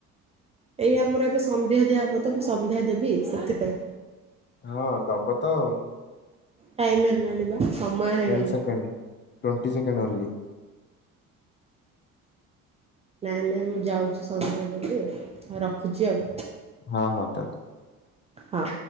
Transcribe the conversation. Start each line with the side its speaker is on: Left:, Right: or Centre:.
Right: ଏଇ ଆମର ଏବେ ସନ୍ଧ୍ୟା ଦିଆହବ ତ ମୁଁ ସନ୍ଧ୍ୟା ଦେବି ସେଥିପାଇଁ।
Left: ହଁ ଦବ ତ ଆଉ।
Right: ଟାଇମ୍ ହେଲାଣି ବା। ସମୟ ହେଇଗଲାଣି।
Left: <unintelligible> ଟେନ୍ ସେକେଣ୍ଡ୍ <unintelligible>
Right: ନାଇଁ ନାଇଁ ମୁଁ ଯାଉଛି ସନ୍ଧ୍ୟା ଦେବି ଆଉ ରଖୁଚି ଆଉ।
Left: ହଁ ହଉ ତା ଲେ
Right: ହଁ।